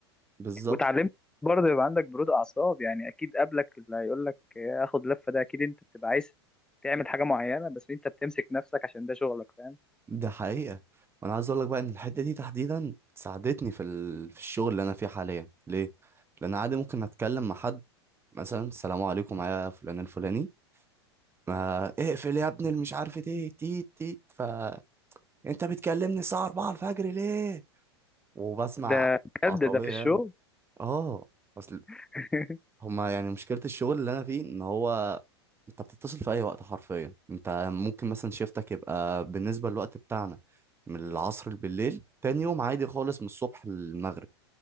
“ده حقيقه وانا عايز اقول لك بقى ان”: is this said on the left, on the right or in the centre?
Right